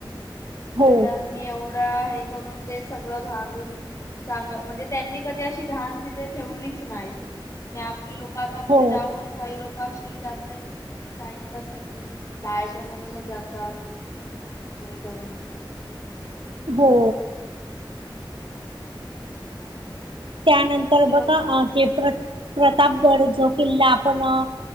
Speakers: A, on the left; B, on the right.
A: राजांनी
B: हो
A: एवढा हे करून ते सगळं भांदुन चांगलं म्हणजे त्यांनी कधी अशी घाण तिथे ठेवलीच नाही आणि आपली लोकं म्हणजे
B: हो
A: ज्याहून काही लोक काशीला जातायत म्हणजे टाइमपास साठी जायाचं म्हणूनच जातात आणि घाण वगैरे करून येतात.
B: हो.
A: <inaudible> काही लोकं असे आहेत. म्हणजे
B: त्यानंतर
A: ती सुधरवतात.
B: बघा अ ते प्रत प्रतापगड जो किल्ला आपण अ